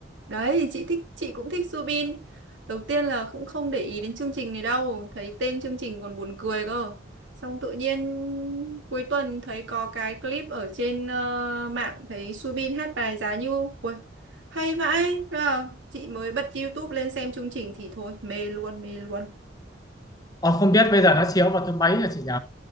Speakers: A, on the right; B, on the left.
A: Đấy, thì chị thích, chị cũng thích Subin. Đầu tiên là cũng không để ý đến chương trình này đâu, thấy tên chương trình còn buồn cười cơ. Xong tự nhiên cuối tuần thấy có cái clip ở trên ờ, mạng thấy Subin hát bài Giá Như. Ui, hay vãi. Thế là chị mới bật YouTube lên xem chương trình thì thôi, mê luôn, mê luôn.
B: ờ, không biết bây giờ nó chiếu vào thứ mấy hả chị nhỉ